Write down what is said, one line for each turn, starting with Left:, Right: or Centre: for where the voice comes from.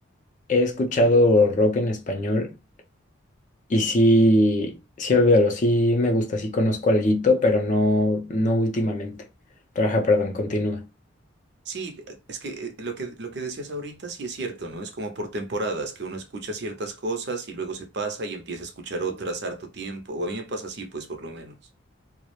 Left: he escuchado rock en español. Y sí, sí, olvídalo, sí me gusta, sí conozco alguito, pero no, no últimamente. Pero ajá, perdón, continúa.
Right: Sí, eh, es que eh, lo que, lo que decías ahorita sí es cierto, ¿no? Es como por temporadas, que uno escucha ciertas cosas y luego se pasa y empieza a escuchar otras harto tiempo, o a mí me pasa así, pues por lo menos.